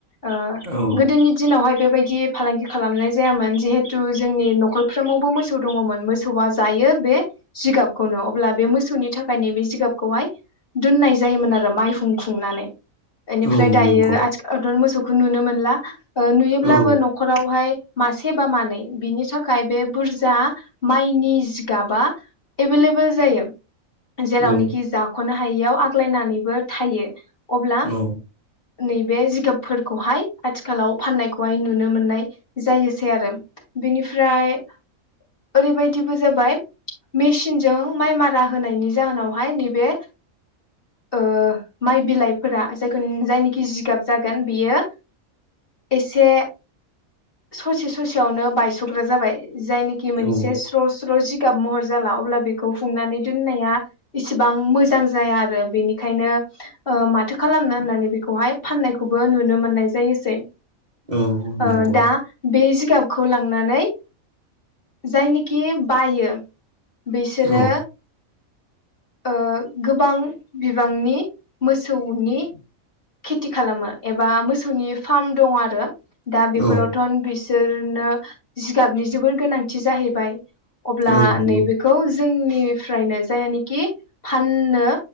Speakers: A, on the left; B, on the right.
A: ओ
B: औ
A: गोदोनि दिनावहाय बेबायदि फालांगि खालामनाय जायामोन जिहेथु जोंनि न'खरफ्रोमावबो मोसौ दङमोन मोसौआ जायो बे बे जिगाबखौनो अब्ला बे मोसौनि थाखायनो बे जिगाबखौहाय दोननाय जायोमोन आरो माइहुं खुंनानै इनिफ्राय
B: औ
A: दायो
B: नंगौ
A: आथिखालथ' मोसौखौ नुनो मोनला नुयोब्लाबो
B: औ
A: न'खरावहाय मासे बा मानै बिनि थाखाय थाखाय बे बुरजा माइनि जिगाबा एभेल एभेल जायो जेरावनोखि
B: औ
A: जाख'नो हायियाव आ सलायनानैबो थायो अब्ला
B: औ
A: नैबे बे जिगाबफोरखौहाय आथिखालाव फाननायखौहाय नुनो मोननाय जायोसै आरो बिनिफ्राय ओरैबायदिबो जाबाय मेसिनजों माइ मारा जाहोनायनि जाहोनावहाय नैबे ओ माइ बिलाइफोरा जायखौ जायनिखि जिगाब जागोन बियो एसे ससे ससेयावनो बायस'ग्रा जाबाय जायनिखि मोनसे
B: औ
A: स्र' स्र' जिगाब महर जाला अब्ला बेखौ फुंनानै दोनाया इसेबां मोजां जाया आरो बेनिखायनो ओ माथो खालामनो होननानै बेखौ अहाय फानायखौबो नुनो मोननाय जे
B: औ
A: ओ
B: नंगौ
A: दा बेजे जिगाबखौ लांनानै जायनिखि बायो बिसोरो
B: औ
A: ओ गोबां बिबां निं मोसौनि खेथि खालामो एबा मोसौनि फार्म दङ आरो दा बेफोरावथ'
B: औ
A: बिसोरनो जिगाबनि जोबोर गोनांथि जाहैबाय। अब्ला
B: औ
A: नैबेखौ जोंनिफ्रायनो जायहानिखि फाननो